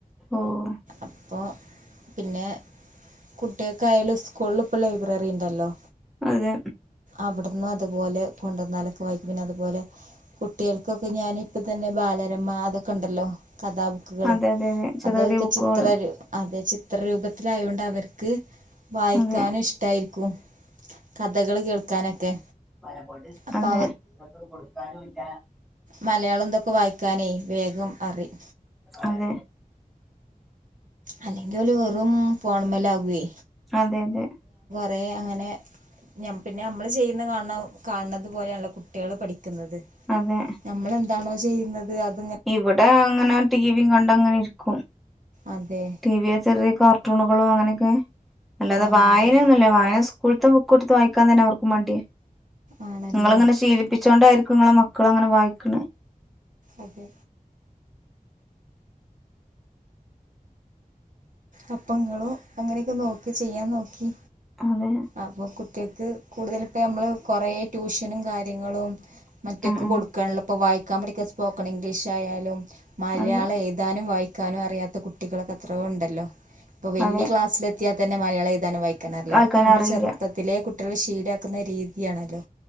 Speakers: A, in the centre; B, on the right.
A: ഓഹ്
B: അപ്പോ പിന്നെ- കുട്ടികൾക്കായാലും സ്കൂളില് ഇപ്പ ലൈബ്രറി ഇണ്ടല്ലോ
A: അതെ
B: അവിട്ന്ന് അതുപോലെ കൊണ്ടന്നാലൊക്കെ വായിക്കും പിന്നെ അതുപോലെ കുട്ടികൾക്കൊക്കെ ഞാന്പ്പതന്നെ ബാലരമ അതൊക്കെണ്ടല്ലോ കഥാബുക്ക്കള്
A: അതെ അതെ അതെ ചെറിയ
B: അതെക്കെ
A: ചെറിയ ബുക്കുകള്
B: ചിത്രരു അതെ ചിത്രരൂപത്തിലായൊണ്ട് അവർക്ക് വായിക്കാനും
A: അതെ
B: ഇഷ്ടായിരിക്കും കഥകള് കേൾക്കാനൊക്കെ
A: പലപ്പൊട്
B: അപ്പോൾ
A: അതെ ഓൽക്ക് കൊടുക്കാനുല്ല
B: മലയാളും ന്തൊക്കെ വായിക്കാനേ വേഗം അറിം
A: അതെ
B: അല്ലെങ്കി ഓല് വെറും ഫോണ് മ്മലാകെ
A: അതെ അതെ
B: തേ അങ്ങനെ ഞ്ഞം പിന്നെ അമ്മള് ചെയ്യ്ന്നെ കാൻണം കാണ് ണത് പോലെണല്ലോ കുട്ട്യേള് പഠി ക്ക്ന്നത്
A: അതെ
B: നമ്മളെന്താണോ ചെയ്യ്ന്നത് അത്
A: ഇവിടെ അങ്ങനെ ടിവിം കണ്ടങ്ങനെ ഇരിക്കും
B: അതെ
A: ടിവി ചെറിയ കാർ ട്ടുണുകളും അങ്ങനെക്കെ അല്ലാതെ
B: ആ
A: വായനന്നുല്ല
B: അതെ
A: വായന സ്കൂൾത്തെ ബു ക്ക്‌ട്ത്ത് വായിക്കാൻ തന്നെ അവർക്ക് മട്യാ
B: ആണല്ലേ
A: ഇങ്ങള് ഇങ്ങനെ ശീലിപ്പിച്ചോണ്ടായിരിക്കും ഇങ്ങളെ മ ക്കള് അങ്ങനെ വായിക്ക്ണെ
B: അതെ അപ്പങ്ങളും അങ്ങനെക്കെ നോക്കി ചെയ്യാൻ നോക്കി
A: അതെ
B: അപ്പൊ കുട്ട്യാ ക്ക് കൂട്തല് ഇപ്പ നമ്മള് കൊറെ ട്യൂഷനും കാര്യങ്ങളും ഒറ്റക്ക്
A: ഉം ഉം
B: കൊട്കാണല്ലൊ ഇപ്പ വായിക്കാൻ പടിക്കാൻ സ്പോക്കൺ ഇംഗ്ലീഷ് ആയാലും മലയാളം
A: അതെ
B: എഴുതാനും വായിക്കാനും അറിയാത്ത കുട്ടികളെക്കെ എത്രോ ണ്ടല്ലോ ഇപ്പൊ വല്ല്യാ
A: അതെ
B: ക്ലാസിലെത്തിയാ തന്നെ മലയാളം എഴുതാനും വായിക്കാനും അറീല
A: വായിക്കാൻ
B: അതൊക്കെ നമ്മള്
A: അറിയില്ല
B: ചെറുപ്പത്തിലെ കുട്ട്യാളെ ശീല ക്ക്ന്ന രീതിയാണല്ലോ